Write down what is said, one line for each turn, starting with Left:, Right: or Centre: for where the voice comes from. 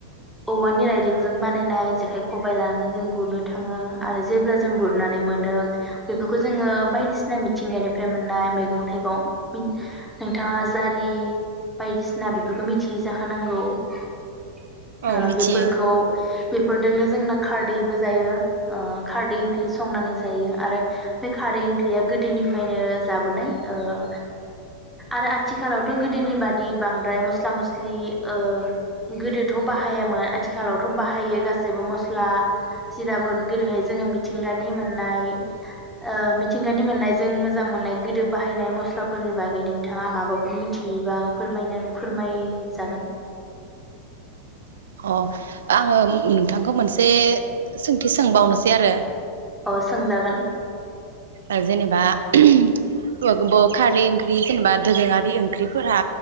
Centre: औवानि रायदोंजों बानायनाय जेखाइ खबाइ लानानै जों गुरनो थाङो आरो जेब्ला जों गुरनानै मोनो बेफोरखौ जोङो बायदिसिना मिथिंगानिफ्राय मोननाय मैगं थाइगं नोंथाङा जारि बायदिसिना बेफोरखौ मिथियै जाखानांगौ। ओ
Right: औ मिथियो
Centre: बेफोरखौ बेफोर दोंनो जोंना खारदैबो जायो। ओ खारदै ओंख्रि संनानै जायो। आरो बे खारदै ओंख्रिया गोदोनिफ्रायनो जाबोनाय। ओ आरो आथिखालावथ' गोदोनि बादि बांद्राय मस्ला मस्लि ओ गोदोथ' बाहायामोन। आथिखालावथ' बाहायो गासैबो मस्ला जिराफोरोन गोदोहाय जोङो मिथिंगानि मोननाय ओ मिथिंगानि मोननाय जों मोजां मोननाय गोदो बाहायनाय मस्ला फोरनि बागै नोंथाङा माबाफोर मिथियोबा फोरायनो फोरमायजागोन।
Right: अ आङो नोंथांखौ मोनसे सोंथि सोंबावनोसै आरो।
Centre: अ सोंजागोन।
Right: ओ जेनेबा <unintelligible> औवाखोबो खारदै ओंख्रि जेनेबा दोरोङारि ओंख्रिफोरा